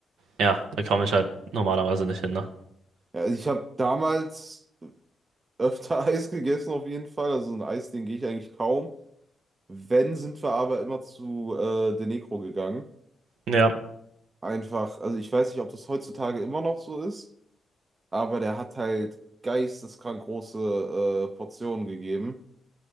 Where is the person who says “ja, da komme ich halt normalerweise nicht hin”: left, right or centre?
Right